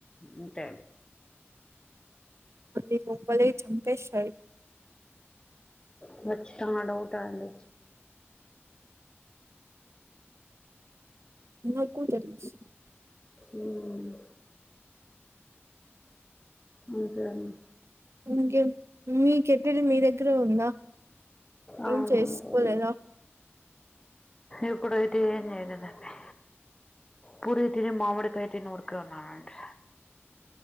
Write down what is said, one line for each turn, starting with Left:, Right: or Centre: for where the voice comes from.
Left: అంటే
Right: ప్రతి <unintelligible> చంపేసి
Left: అబ్బాచా డౌట అండి
Right: మాకు తెలుసు
Left: ఉమ్ అంతే అండి
Right: ఇంకే మీ కెటిల్ మీ దగ్గరే ఉందా
Left: అవును,
Right: ఏం చేసుకోలేదా
Left: అంతే అండి. ఇప్పుడైతే ఏం చేయలేదండి పూరీలు తిని మామిడికాయ తిని ఊరికే ఉన్నానండి